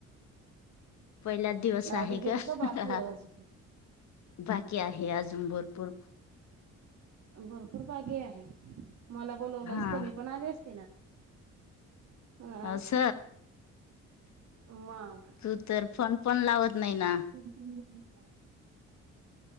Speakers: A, on the left; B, on the right.
A: पहिलाच दिवस
B: लावली
A: आहे
B: गेली
A: का ह
B: बाकी
A: ह हा.
B: आहे अजून
A: बाकी आहे आजम भरपूर,
B: भरपूर बाकी आहे, मला बोलवलं
A: हा
B: असत मी पण आले ते ना. ह
A: अस
B: मग
A: तू तर फोन पण लावत नाही ना
B: हम् ह <unintelligible>